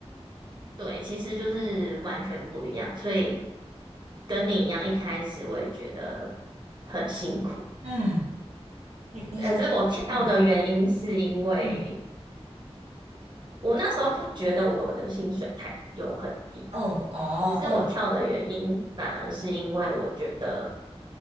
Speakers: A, on the right; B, on the right.
A: 对，其实就是完全不一样，所以跟你一样，一开始我也觉得很辛苦。
B: 嗯，你你现在嗯
A: 可是我跳的原因是因为
B: 嗯
A: 我那时候不觉得我的薪水太有很低，
B: 嗯哦嗯
A: 只是我跳的原因反而是因为我觉得。